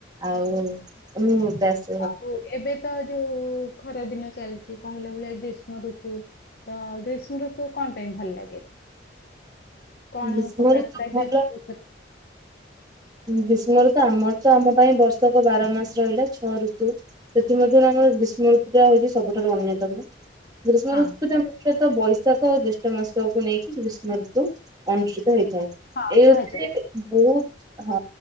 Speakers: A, on the right; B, on the left.
A: ଆଉ ମୁଁ ତା ଶ୍
B: ଆଉ ଏବେ ତ ଯୋଉ ଖରା ଦିନ ଚାଲିଛି କହିଲା ଭଳିଆ ଗ୍ରୀଷ୍ମ ଋତୁ। ତ ଗ୍ରୀଷ୍ମ ଋତୁ କଣ ପାଇଁ ଭଲ ଲାଗେ? କଣ
A: ଗ୍ରୀଷ୍ମ
B: ଉପକାରତା
A: ଋତୁ
B: ଗ୍ରୀଷ୍ମଋତୁ
A: ଭଲ ଗ୍ରୀଷ୍ମ ଋତୁ ଆମର ତ ଆମ ପାଇଁ ବର୍ଷକ ବାର ମାସ ରହିଲା ଛଅ ଋତୁ। ସେଥିମଧ୍ୟରୁ ଆମର ଗ୍ରୀଷ୍ମ ଋତୁଟା ହଉଛି ସବୁଠାରୁ ଅନ୍ୟତମ। ଗ୍ରୀଷ୍ମ
B: ହଁ
A: ଋତୁଟା ତଃ ବୈଶାଖ ଆଉ ଜ୍ୟେଷ୍ଠ ମାସକୁ ନେଇକି ଗ୍ରୀଷ୍ମ ଋତୁ ଅନୁଷ୍ଠିତ ହେଇଥାଏ।
B: ହଁ
A: ଏବେ
B: କୁହାଯାଏ।
A: ବି ବହୁତ। ହଁ